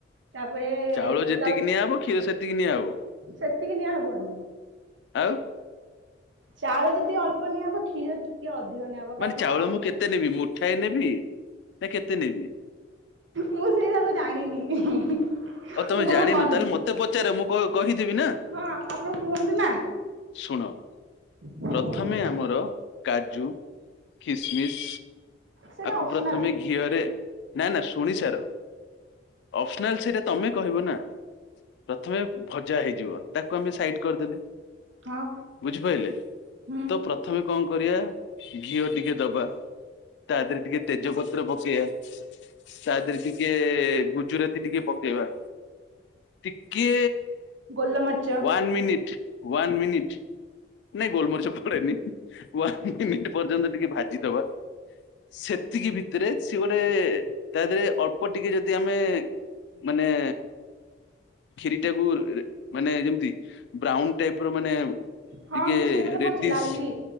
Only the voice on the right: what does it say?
ତାପରେ,
ତାପରେ,
ସେତିକି ନିଆ ହବନି।
ଚାଉଳ ଯଦି ଅଳ୍ପ ନିଆ ହବ କ୍ଷୀର ଟି ଟିକେ ଅଧିକ ନିଆହବ। କାରଣ
ମୁଁ ସେଇରାକ ଜାଣିନି ମୁଁ
କବେ
କରିନି।
ହଁ ଆପଣ କୁହନ୍ତୁ ନା
ହଁ
କୁହନ୍ତୁ
ସେଇଟା
ଅପସନାଲ
ହଁ।
ହୁଁ
ଗୋଲମରିଚ
ହଁ
ମୁଁ ସେଇ କଥା
କହୁଛି ଲାଲି